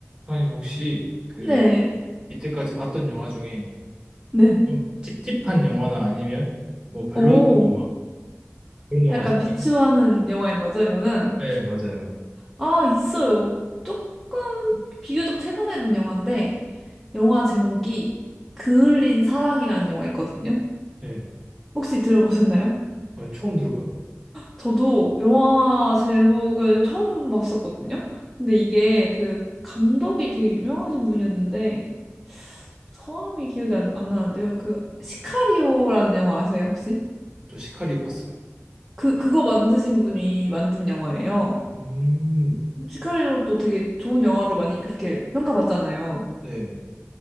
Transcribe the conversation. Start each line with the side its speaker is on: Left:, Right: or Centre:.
Right: 선생님 혹시 그
Centre: 네,
Right: 이때까지 봤던 영화 중에
Centre: 네.
Right: 좀 찝찝한 영화나 아니면 뭐 별로
Centre: 오,
Right: 영화 그런 영화
Centre: 약간
Right: 있을까요?
Centre: 비추하는 영화인 거죠, 이거는?
Right: 네, 맞아요.
Centre: 아, 있어요. 조금 비교적 최근에 본 영화인데, 영화 제목이 그을린 사랑이라는 영화 있거든요.
Right: 네,
Centre: 혹시 들어보셨나요?
Right: 아니, 처음 들어봐요.
Centre: 저도 영화 제목을 처음 봤었거든요. 근데 이게 그 감독이 되게 유명하신 분이었는데, 성함이 기억이 안, 안 나는데요. 그 시카리오라는 영화 아세요, 혹시?
Right: 저 시카리오 봤어요.
Centre: 그, 그거 만드신 분이 만든 영화예요.
Right: 음,
Centre: 시카리오도 되게 좋은 영화로 많이 그렇게 평가받잖아요.
Right: 네,